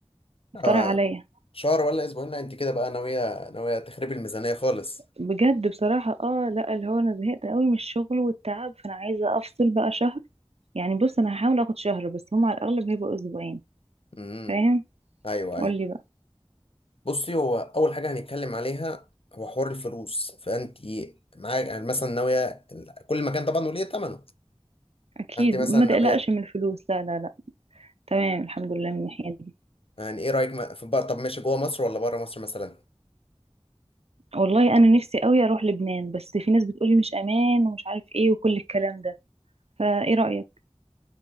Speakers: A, on the left; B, on the right.
A: آه،
B: اقترح عليا
A: شهر ولا اسبوعين لا، انت كده بقى ناويه ناويه تخربي الميزانيه خالص
B: بجد بصراحه اه لا اللي هو انا زهقت قوي من الشغل والتعب فانا عايزه افصل بقى شهر يعني بص انا هحاول اخد شهر بس هم على الاغلب هيبقوا اسبوعين
A: امم
B: فاهم
A: ايوه
B: قولي
A: ايوه
B: بقى
A: بصي هو اول حاجه هنتكلم عليها هو حوار الفلوس فانت معاك يعني مثلا ناويه ال- كل مكان طبعا وليه ثمنه
B: اكيد
A: انت مثلا
B: ما
A: ناويه
B: تقلقش من الفلوس لا لا لا تمام الحمد لله من الناحيه دي
A: يعني ايه رايك ما- في بقى طب ماشي جوه مصر ولا بره مصر مثلا
B: والله انا نفسي قوي اروح لبنان بس في ناس بتقولي مش امان ومش عارف ايه وكل الكلام ده فايه رايك